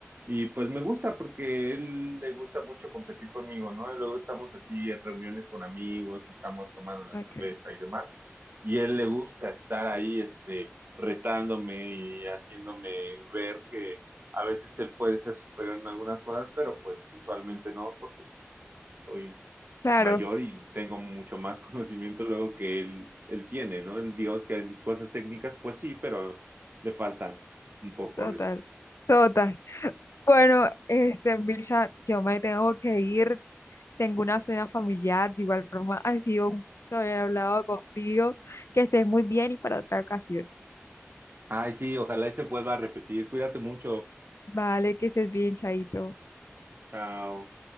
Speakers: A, on the right; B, on the left.
A: y pues me gusta porque él le gusta mucho competir conmigo, ¿no? Y luego estamos así en reuniones con amigos y estamos tomando la
B: ok.
A: cerveza y demás. Y él le gusta estar ahí, este, retándome y haciéndome ver que a veces él puede ser superior en algunas cosas, pero pues usualmente no, porque soy
B: Claro,
A: mayor y tengo mucho más <laughs> conocimiento luego que él, él tiene, ¿no? Él, digamos que en cosas técnicas, pues sí, pero le falta un poco
B: total.
A: a veces.
B: Total. Bueno, este, Mirza, yo me tengo que ir. Tengo una cena familiar, de igual forma ha sido un gusto haber hablado contigo. Que estés muy bien y para otra ocasión.
A: Ay, sí, ojalá y se vuelva a repetir. Cuídate mucho.
B: Vale, que estés bien, Chaito.
A: Chao.